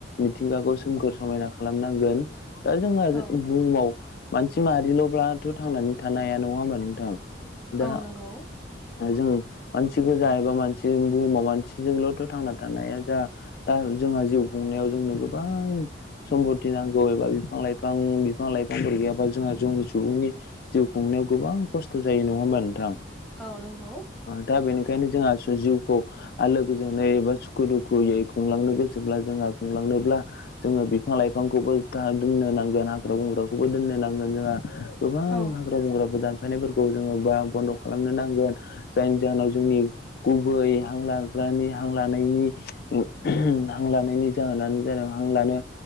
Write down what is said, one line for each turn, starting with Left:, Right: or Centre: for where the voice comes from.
Left: मिथिंगाखौ सोमखोर समायना खालामनांगोन दा जोंहा
Centre: औ
Left: बुहुमाव। मानसि मारिल'ब्लाथ' थांनानै थानो हाया नङा होमबा नोंथां दा
Centre: औ नंगौ
Left: जों मानसि गोजा एबा मानसि बुहुमाव मानसिजोंल'थ' थांना थानाया जा दा जोंहा जिउ खुंनायाव जोंनो गोबां सम्पथि नांगौ एबा बिफां लाइफां बिफां लाइफांफोर गैयाबा जोंहा जोंनि सुबुंनि जिउ खुंनायाव गोबां खस्थ' जायो नंङा होमबा नोंथां
Centre: औ नंगौ
Left: दा बेनिखायनो जोंहा जिउखौ आ लोगोजों नै एबा सुखु दुखुयै खुंलांनो गोसोब्ला जोंहा खुंलांनोब्ला जोङो बिफां लाइफांखौबो था दोननो नांगोन हाग्रा बंग्राखौबो दोननो नांगोन जोंहा गोबां
Centre: औ
Left: हाग्रा बंग्राबो फायनायफोरखौ जोंङो बा बन्द' खालामनो नांगोन जायनि जाहोनाव जोंनि गुबै हां लाग्रानि हां लानायनि हां लानायनि जाहोनानो जादों हां लानो